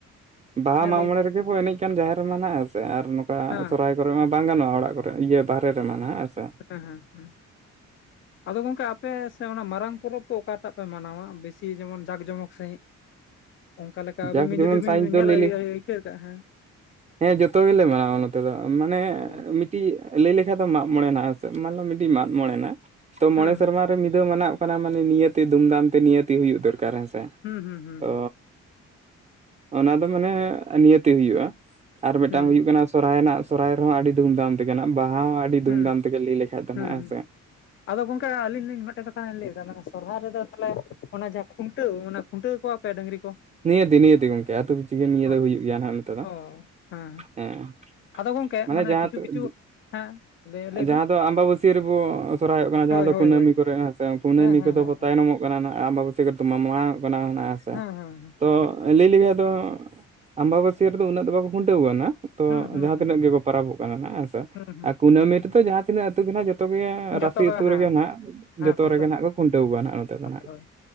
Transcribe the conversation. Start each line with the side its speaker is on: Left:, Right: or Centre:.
Right: ᱵᱟᱦᱟ
Left: ᱦᱮᱸ
Right: ᱢᱟᱜᱢᱚᱬᱮ
Left: ᱞᱟᱹᱭ ᱵᱤᱱ
Right: ᱨᱮ ᱨᱮᱠᱚ ᱮᱱᱮᱡ ᱠᱟᱱ ᱡᱟᱸᱦᱮᱨ ᱨᱮ ᱢᱟ ᱱᱟᱜᱼᱟ ᱥᱮ ᱟᱨ ᱱᱚᱝᱠᱟ
Left: ᱦᱮᱸ
Right: ᱥᱚᱨᱦᱟᱭ ᱠᱚᱨᱮ ᱢᱟ ᱵᱟᱝ ᱜᱟᱱᱚᱜᱼᱟ ᱚᱲᱟᱜ ᱠᱚᱨᱮ ᱤᱭᱟᱹ ᱵᱟᱦ <unintelligible> ᱦᱮᱸ ᱥᱮ
Left: ᱦᱮᱸ ᱦᱮᱸ <unintelligible> ᱟᱫᱚ ᱜᱚᱢᱠᱮ ᱟᱯᱮ ᱥᱮ ᱚᱱᱟ ᱢᱟᱨᱟᱝ ᱯᱚᱨᱚᱵᱽ ᱫᱚ ᱚᱠᱟᱴᱟᱜ ᱯᱮ ᱢᱟᱱᱟᱣᱟ ᱵᱮᱥᱤ ᱡᱮᱢᱚᱱ ᱡᱟᱠ ᱡᱚᱢᱚᱠ ᱥᱟᱺᱦᱤᱡ? ᱚᱱᱠᱟ ᱞᱮᱠᱟ ᱟᱹᱵᱤᱱ
Right: ᱡᱟᱠ ᱡᱮᱢᱚᱱ
Left: ᱵᱤᱱ ᱡᱩᱫᱤ
Right: ᱥᱟᱭᱤᱡ
Left: ᱵᱤᱱ
Right: ᱫᱚ
Left: ᱧᱮᱞ
Right: ᱞᱟᱹᱭ
Left: ᱟᱹᱭ
Right: ᱞᱮ
Left: ᱟᱹᱭᱠᱟᱹᱣ ᱠᱟᱜ ᱦᱮᱸ
Right: ᱦᱮᱸ ᱡᱚᱛᱚ ᱜᱮᱞᱮ ᱢᱟᱱᱟᱣᱟ ᱱᱚᱛᱮ ᱫᱚ ᱢᱟᱱᱮ
Left: ᱚ
Right: ᱢᱤ ᱴᱤᱡ ᱞᱟᱹᱭ ᱞᱮᱠᱷᱟᱡ ᱫᱚ ᱢᱟᱜ ᱢᱚᱬᱮᱱᱟᱜᱼᱟ ᱥᱮ ᱢᱟᱞᱚᱢ ᱢᱤᱫᱴᱤᱡ ᱢᱟᱜᱽ ᱢᱚᱬᱮᱱᱟᱜ ᱛᱚ
Left: ᱦᱮᱸ
Right: ᱢᱚᱬᱮ ᱥᱮᱨᱢᱟ <unintelligible> ᱢᱤᱫ ᱫᱷᱟᱹᱣ ᱢᱟᱱᱟᱣ ᱠᱟᱱᱟ ᱢᱟᱱᱮ ᱱᱤᱭᱟᱹ ᱛᱮ ᱫᱷᱩᱢᱫᱷᱟᱢ ᱛᱮ ᱱᱤᱭᱟᱹᱛᱤ ᱦᱩᱭᱩᱜ ᱫᱚᱨᱠᱟᱨ ᱦᱮᱸᱥᱮ
Left: ᱦᱩᱸ ᱦᱩᱸ ᱦᱩᱸ
Right: ᱛᱚ
Left: ᱦᱩᱸ
Right: ᱚᱱᱟ ᱫᱚ ᱢᱟᱱᱮ ᱱᱤᱭᱟᱹᱛᱤ ᱦᱩᱭᱩᱜᱼᱟ ᱟᱨ ᱢᱤᱫᱴᱟᱝ
Left: ᱦᱩᱸ
Right: ᱦᱩᱭᱩᱜ ᱠᱟᱱᱟ ᱥᱚᱨᱦᱟᱭ ᱨᱮᱱᱟᱜ ᱥᱚᱨᱦᱟᱭ ᱨᱮᱦᱚᱸ ᱟᱹᱰᱤ ᱫᱩᱢᱫᱷᱟᱢ ᱛᱮᱜᱮ ᱱᱟᱜ ᱵᱟᱦᱟ ᱦᱚᱸ ᱟᱹᱰᱤ
Left: ᱦᱩᱸ
Right: ᱫᱷᱩᱢ ᱫᱷᱟᱢ ᱛᱮᱜᱮ ᱞᱟᱹᱭ ᱞᱮᱠᱷᱟᱡ ᱫᱚ
Left: ᱦᱩᱸ
Right: ᱱᱟᱜ ᱦᱮᱸ
Left: ᱦᱩᱸ
Right: ᱥᱮ
Left: ᱟᱫᱚ ᱜᱚᱝᱠᱮ ᱟᱹᱞᱤᱧ ᱞᱤᱧ ᱢᱮᱫᱴᱮᱱ ᱠᱟᱛᱷᱟ ᱞᱤᱧ ᱞᱟᱹᱭᱫᱟ ᱢᱟᱱᱮ ᱥᱚᱨᱦᱟᱭ ᱨᱮᱫᱚ ᱛᱟᱦᱚᱞᱮ ᱚᱱᱟ ᱡᱟᱦᱟᱸ ᱠᱷᱩᱱᱴᱟᱹᱣ ᱚᱱᱟ ᱠᱷᱩᱱᱴᱟᱹᱣ ᱠᱚᱣᱟ ᱯᱮ ᱰᱟᱹᱝᱨᱤ ᱠᱚ?
Right: ᱱᱤᱭᱟᱹᱫᱤ ᱱᱤᱭᱟᱹᱫᱤ ᱜᱚᱝᱠᱮ ᱟᱹᱛᱩ ᱯᱤᱪᱷᱤᱜᱮ ᱱᱤᱭᱟᱹ
Left: ᱚ
Right: ᱫᱚ ᱦᱩᱭᱩᱜ ᱜᱮᱭᱟ ᱱᱟᱜ ᱱᱚᱛᱮ ᱫᱚ᱾
Left: ᱚ ᱦᱮᱸ
Right: ᱦᱮᱸ
Left: ᱟᱫᱚ ᱜᱚᱝᱠᱮ
Right: ᱢᱟᱱᱮ ᱡᱟᱦᱟᱸ,
Left: ᱠᱤᱪᱷᱩ
Right: <unintelligible>
Left: ᱠᱤᱪᱷᱩ ᱦᱮᱸ ᱞᱟᱹᱭ ᱞᱟᱹᱭ
Right: ᱡᱟᱦᱟᱸ
Left: ᱵᱤᱱ
Right: ᱫᱚ ᱟᱢᱵᱟᱵᱟᱹᱥᱭᱟ ᱨᱮᱵᱚ ᱠᱚᱨᱟᱣ ᱦᱳᱭᱚᱜ ᱠᱟᱱᱟ ᱡᱟᱦᱟᱸ
Left: ᱦᱳᱭ
Right: ᱫᱚ
Left: ᱦᱳᱭ
Right: ᱠᱩᱱᱟᱹᱢᱤ
Left: ᱦᱳᱭ
Right: ᱠᱚᱨᱮ ᱦᱮᱸ ᱥᱮ ᱠᱩᱱᱟᱹᱢᱤ
Left: ᱦᱮᱸ ᱦᱮᱸ
Right: ᱠᱚᱫᱚ
Left: ᱦᱮᱸ
Right: ᱵᱚ ᱛᱟᱭᱱᱚᱢᱚᱜ ᱱᱟᱜ ᱟᱢᱵᱟᱵᱟᱹᱥᱭᱟᱹ ᱠᱚ ᱛᱚ ᱢᱟ ᱢᱟᱲᱟᱝᱚᱜ ᱠᱟᱱᱟ <unintelligible>
Left: ᱦᱮᱸ ᱦᱮᱸ
Right: ᱛᱚ ᱞᱟᱹᱭ ᱞᱮᱠᱷᱟᱡ ᱫᱚ ᱟᱢᱵᱟᱵᱟᱹᱥᱭᱟᱹ ᱨᱮᱫᱚ ᱩᱱᱟᱹᱜ ᱫᱚ ᱵᱟᱠᱚ ᱠᱷᱩᱱᱴᱟᱹᱣ ᱠᱚᱣᱟ ᱱᱟᱜ ᱛᱚ
Left: ᱦᱩᱸ ᱦᱩᱸ
Right: ᱡᱟᱦᱟᱸ
Left: ᱦᱩᱸ
Right: ᱛᱤᱱᱟᱹᱜ ᱜᱮᱠᱚ ᱯᱟᱨᱟᱵᱽᱜ ᱠᱟᱱᱟ ᱱᱟᱦᱟᱜ ᱦᱮᱸᱥᱮ
Left: ᱦᱩᱸ ᱦᱩᱸ
Right: ᱟᱨ ᱠᱩᱱᱟᱹᱢᱤ
Left: ᱦᱩᱸ
Right: ᱨᱮᱫᱚ ᱡᱟᱦᱟᱸ ᱛᱤᱱᱟᱹᱜ ᱟᱹᱛᱩ ᱜᱮ ᱱᱟᱦᱟᱜ ᱡᱚ ᱛᱚ ᱜᱮ
Left: ᱦᱩᱸ ᱡᱚᱛᱚ
Right: ᱨᱟᱥᱤ
Left: ᱜᱮ
Right: ᱟᱹᱛᱩ
Left: ᱦᱮᱸ
Right: ᱨᱮᱜᱮ ᱱᱟᱜ
Left: ᱦᱮᱸ
Right: ᱡᱚᱛᱚ
Left: ᱠᱷᱩᱱᱴᱟᱹᱣ
Right: ᱨᱮᱜᱮ ᱱᱟᱜ ᱠᱚ ᱠᱷᱩᱱᱴᱟᱹᱣ ᱠᱚᱣᱟ ᱱᱟᱜ ᱱᱚᱛᱮ
Left: ᱦᱳᱭ
Right: ᱫᱚ ᱱᱟᱜ
Left: ᱦᱳᱭ